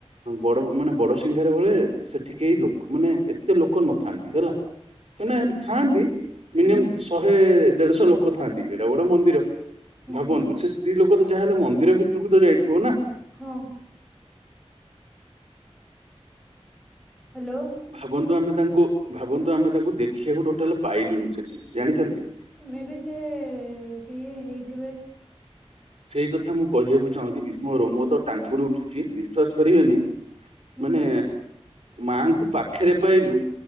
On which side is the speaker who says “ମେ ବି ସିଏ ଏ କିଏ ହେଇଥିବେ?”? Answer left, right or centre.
Centre